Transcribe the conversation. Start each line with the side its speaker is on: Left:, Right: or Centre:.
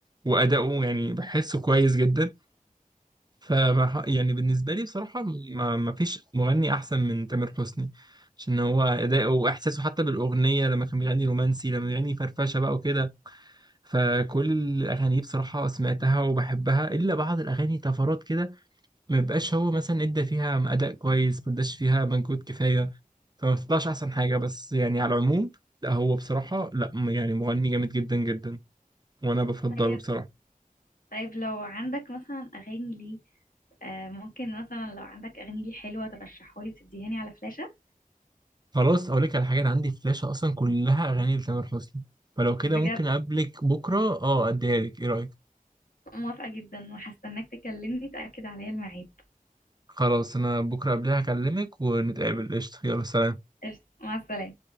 Right: وأداؤه يعني بحسه كويس جدا فما يعني بالنسبة لي بصراحة ما ما فيش مغني أحسن من تامر حسني عشان هو أداؤه وإحساسه حتى بالأغنية لما كان بيغني رومانسي لما بيغني فرفشة بقى وكده فكل الاغاني بصراحه سمعتها وبحبها الا بعض الاغاني طفرات كده ما بيبقاش هو مثلا ادى فيها اداء كويس ما اداش فيها مجهود كفايه فما بتطلعش احسن حاجه بس يعني على العموم لا هو بصراحه لا م- يعني مغني جامد جدا جدا وانا بفضله
Left: طيب
Right: بصراحه
Left: طيب لو عندك مثلا اغاني ليه آه، ممكن مثلا لو عندك اغاني ليه حلوه ترشحها لي وتديها لي على فلاشه
Right: خلاص اقول لك على حاجه انا عندي فلاشه اصلا كلها اغاني لتامر حسني فلو كده
Left: بجد
Right: ممكن اقابلك بكره اه اديها لك ايه رايك
Left: موافقه جدا وهستناك تكلمني تاكد عليا الميعاد
Right: خلاص انا بكره قبلها هكلمك ونتقابل قشطه يلا سلام
Left: قشطة، مع السلامه